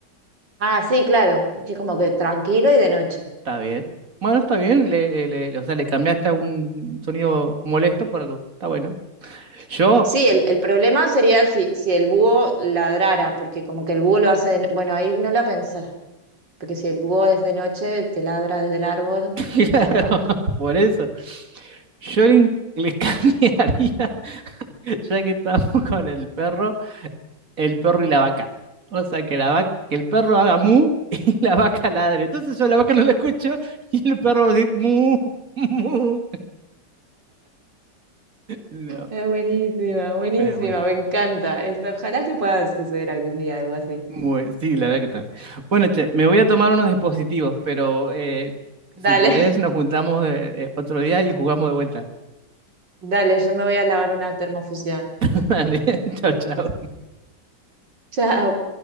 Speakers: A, on the right (about 80°); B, on the right (about 50°).
A: ah, sí, claro. Es que como que tranquilo y de noche.
B: Está bien. Bueno, está bien, le, le- le- le- o sea, le cambiaste a un sonido molesto por algo. Está bueno. Yo,
A: Sí, el, el problema sería si, si el búho ladrara, porque como que el búho lo hace de... no, Bueno, ahí no la pensé, porque si el búho es de noche, te ladra desde el árbol,
B: <laughs> claro,
A: está raro.
B: por eso. Yo le, le cambiaría, <laughs> ya que estamos con el perro. el perro y la vaca. O sea, que, la vaca, que el perro haga mu <laughs> y la vaca ladre. Entonces yo la vaca no la escucho y el perro va a decir mu, <laughs> mu. No,
A: Es buenísima, buenísima,
B: pero bueno.
A: me encanta. Es- ojalá que pueda suceder algún día algo así.
B: Bueno, sí, la verdad que está, Bueno, che, me voy a tomar unos dispositivos, pero eh,
A: Dale,
B: si querés
A: <laughs>
B: nos juntamos eh, eh, otro día y jugamos de vuelta.
A: dale, yo me voy a lavar una termofusión.
B: <laughs> Dale, <laughs> chao, chao.
A: Chao.